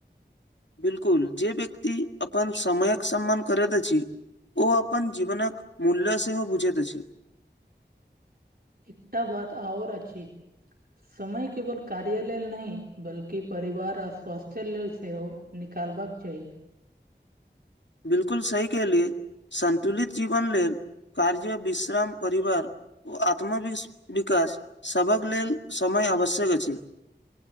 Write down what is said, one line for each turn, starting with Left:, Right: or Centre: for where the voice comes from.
Left: बिल्कुल जे व्यक्ति अपन समयक सम्मान करैत अछि ओ अपन जीवनक मूल्य सेहो बुझैत अछि।
Right: एकटा बात आओर अछि समय केवल कार्य लेल नहि बल्कि परिवार आ स्वास्थ्य लेल सेहो निकालबाक चाही।
Left: बिल्कुल सही केहलिय संन्तुलित जीवन लेल कार्य विश्राम परिवार ओ आत्म विस विकास सभक लेल समय आवश्यक अछि।